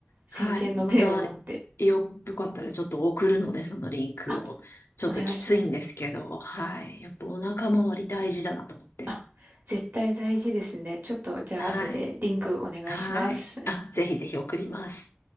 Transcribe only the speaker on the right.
先見の明を持って。
あ、
お願いします。
あ、絶対大事ですね。ちょっと、じゃあ後でリンクお願いします。